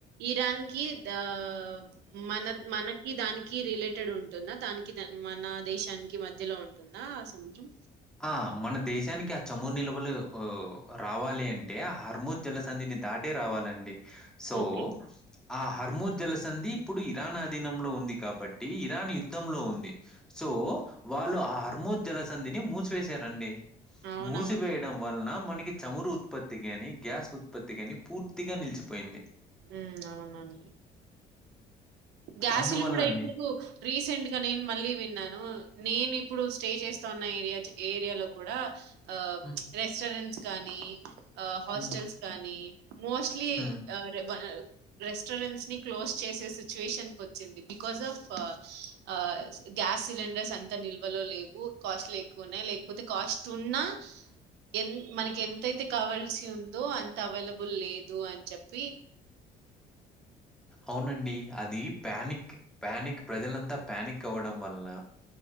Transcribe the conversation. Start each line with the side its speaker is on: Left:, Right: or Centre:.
Right: ఇరాన్ కి ద <unintelligible> మన మనకి దాని కి రిలేటెడ్ ఉంటుందా దానికి మన దేశానికి మధ్యలో ఉంటుందా ఆ సముద్రం
Centre: ఆ మన దేశానికి ఆ చమురు నిల్వలు రావాలి అంటే ఆ హర్మూజ్ జలసంధిని దాటే రావాలండి సో
Right: ఓకే.
Centre: ఆ హర్మోజ్ జలసంధి ఇప్పుడు ఇరాన్ ఆధీనంలో ఉంది కాబట్టి ఇరాన్ యుద్ధంలో ఉంది సో వాళ్ళు హర్మో జలసంధిని మూస్ సి వేసారండి
Right: అవునవును.
Centre: మూసివేయడం వలన మనకి చమురు ఉత్పత్తిగాని గ్యాస్ ఉత్పత్తిగాని పూర్ తిగా నిలిచిపోయింది
Right: హ్మ్. అవునండి. గ్యాసులు
Centre: అందువల్లనే
Right: కూడా ఇప్పుడు రీసెంట్ గా నేను మళ్ళీ విన్నా ను నేను ఇప్పుడు స్టే చేస్తా ఉన్న ఏరియా ఏరియాలో కూడా ఆ
Centre: హ్మ్.
Right: రెస్టారెంట్స్ కానీ హాస్టల్స్
Centre: హ్మ్.
Right: కానీ మోస్ట్లీ
Centre: హ్మ్.
Right: ఆరెబ రెస్టారెంట్స్ ని క్లోజ్ చేసేసి చువేషన్ వచ్చింది బికాస్ ఆఫ్ ఆ గ్యాస్ సిలిండర్స్ అంత నిల్వలో లేవు కాస్ట్లు ఎక్కువన్నాయి లేకపోతే కాస్ట్ ఉన్నా ఎన్ మనకి ఎంతయితే కావాల్సి ఉందో అంత అవైలబుల్ లేదు అని చెప్పి
Centre: అవునండి అది ప్యానిక్ ప్యానిక్ ప్రజలంతా ప్యానిక్ అవ్వడం వలన